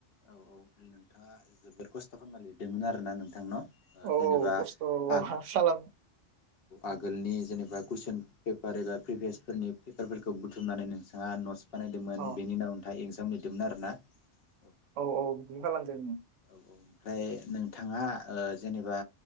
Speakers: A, on the left; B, on the right.
A: औ औ नोंथाङा जोोबद खस्थ' खालामना लिरदोंमोन आर ना नोंथांनाव
B: औ
A: जेनेबा
B: खस्थ'
A: आ
B: खालाम
A: आगोलनि जेनेबा कुइसन, पेपार एबा प्रिभिस फोरनि पेपारफोरखौ बुथुमनानै नोंथाङा नस, बानायदोंमोन
B: अ
A: बेनि उनाव <unintelligible> इजाम लिरदोंमोन आरोना औ
B: औ औ बिदिबो खालामदों उम,
A: औ ओमफ्राय नोंथाङा ओ जेनेबा